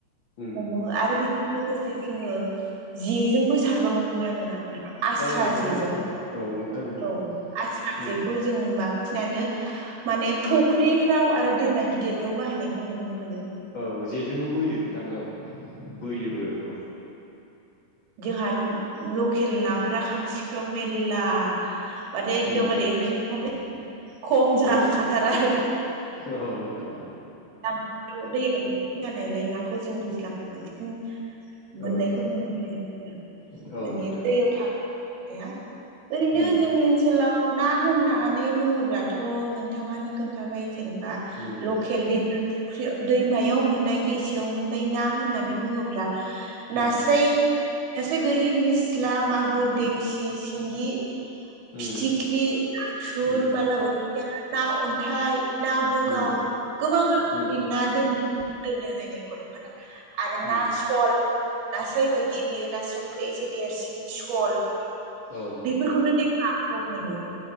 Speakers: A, on the left (about 80°); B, on the right (about 70°).
A: उम
B: हमो आरो बेजों लोगोसे जोङो जेजोंबो सारबावनो गोरा नङा नोंथाङा आस्रा
A: औ नोंथां
B: जेजों
A: नंगौ औ नोंथां नंगौ
B: औ आस्रा
A: उम
B: जेखौ जों बांसिनानो मान फुख्रि फाव आरो दैमा गिदिरफ्राव बाहायनायखौ नुनो मोनो
A: औ जेजोंबो बोयो नोंथां औ बोयोबो औ
B: जोंहा लकेल नाफोरा खाथिफ्राव मेरला माथो एकदमबार
A: उम
B: ओंख्रि खम जाखाथारा
A: औ
B: आरोखि
A: औ नोंथां
B: लांाव दैया बांसिन जानायलाय नाखौ जों दैज्लाखौ बांसिन मोननायखौ
A: औ
B: नुनो मोनो आरो
A: औ
B: माने
A: नोंथां
B: दैयाव थ हाया ओरैनो
A: उम
B: जोंनि ओनसोलाव ना होननानै बुङोब्लाथ' नोंथाङानो खोन्थाबाय जेनेबा बा
A: उम
B: लकेल दैमा फुख्रि दैमायाव मोननाय दैसायाव मोननाय ना होननानै बुङोब्ला
A: उम
B: नास्राय सासे गोरि निस्ला मागुर बेंसि सिंगि
A: उम
B: फिथिख्रि नाथुर
A: उम
B: बालाबाथिया ना अन्थाइ ना बुगाव
A: उम
B: गोबां रोखोमनि
A: उम
B: ना दोनदों जोंनि बर'फोरा आरो ना
A: उम
B: सल नास्राय बायदि बियो नास्रायनिफ्राय एसे देरसिन सल
A: औ
B: बेफोरखौनो दैमााव मोनो